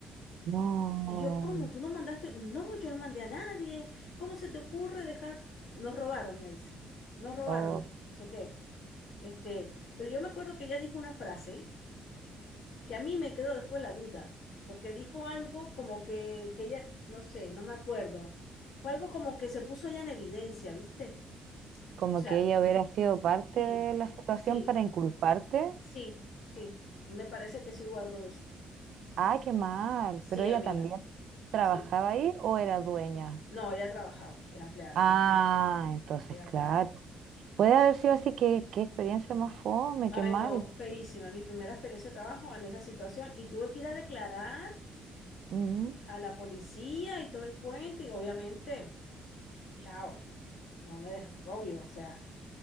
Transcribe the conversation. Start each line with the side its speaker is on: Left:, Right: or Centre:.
Right: No.
Left: Y yo, ¿cómo? ¿Tú no mandaste? No, yo no mandé a nadie. ¿Cómo se te ocurre dejar? Nos robaron, me dice. Nos robaron,
Right: O
Left: no sé qué. Este, pero yo me acuerdo que ella dijo una frase que a mí me quedó después la duda, porque dijo algo como que, que ella, no sé, no me acuerdo. Fue algo como que se puso ella en evidencia, ¿viste?
Right: como
Left: O sea,
Right: que ella hubiera sido parte
Left: sí,
Right: de la situación
Left: sí,
Right: para inculparte.
Left: sí, sí. Me parece que sí hubo algo de eso.
Right: Ah, qué mal.
Left: Sí,
Right: Pero ella
Left: amiga,
Right: también trabajaba
Left: sí.
Right: ahí o era dueña.
Left: No, ella trabajaba, era empleada,
Right: Ah, entonces,
Left: era empleada.
Right: claro. Puede haber sido así que qué experiencia más fome,
Left: Ay,
Right: qué mal.
Left: no, feísima, mi primera experiencia de trabajo en esa situación y tuve que ir a declarar
Right: Ujú.
Left: a la policía y todo el cuento y obviamente, chao, no me, dej- obvio, o sea,